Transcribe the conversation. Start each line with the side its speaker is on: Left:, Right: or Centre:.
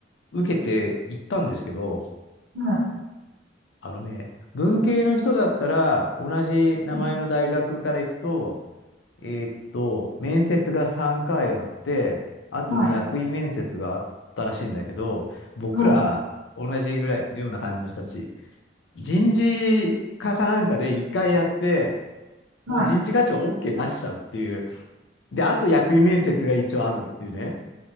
Left: 受けて行ったんですけど、
Right: い、はい、
Left: あのね、文系の人だったら、同じ名前の大学から行くと、
Right: うん
Left: えーっと、面接が3回あって、あとに役員面接があったらしいんだけど、
Right: はい、
Left: 僕ら、
Right: は
Left: 同じぐらい、ような感じの人たち。人事課かなんかで一回やって、もう人事課長
Right: い、は
Left: OK 出しちゃうっていう。で、あと役員面接が一応あるっていうね。